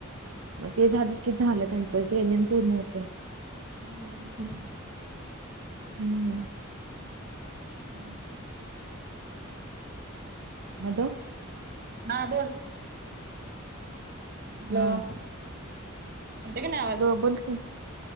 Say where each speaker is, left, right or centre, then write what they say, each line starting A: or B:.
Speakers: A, on the right; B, on the right.
A: मग ते झालं की झालं त्यांच जे एनएम पूर्ण होते.
B: हम् ह हम <inaudible>
A: हम्म हम्म
B: हम्म
A: हॅलो!
B: हा बोल. हॅलो!
A: हा
B: यता का नाही आवाज‌.
A: बोलकी,